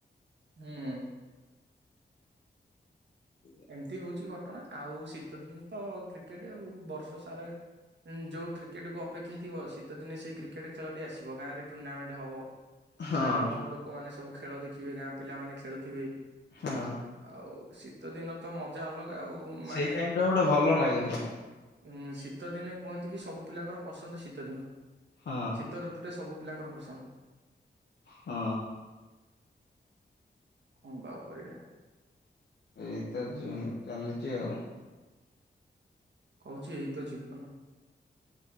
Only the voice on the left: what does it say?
<inaudible>
ହଁ
ହଁ
ସେଇ ଟାଇମ୍ ଟା ଗୋଟେ ଭଲ ଲାଗେ ପୁରା।
ହ।
ହ।
ଏଇତ <unintelligible> ଚାଲିଚି ଆଉ।